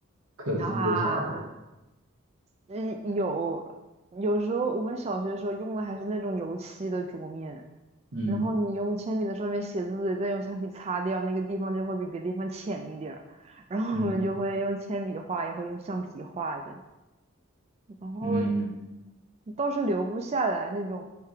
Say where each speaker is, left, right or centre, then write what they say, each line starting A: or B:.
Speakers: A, on the right (about 80°); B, on the right (about 30°).
A: 刻字的啥的？
B: 啊！嗯，有有时候我们小学的时候用的还是那种油漆的桌面，
A: 嗯。
B: 然后你用铅笔在上面写字，再用橡皮擦掉，那个地方就会比别的地方浅一点儿。然后我们就会用铅笔画，
A: 嗯
B: 也会用橡皮画的，然后
A: 嗯
B: 倒是留不下来那种，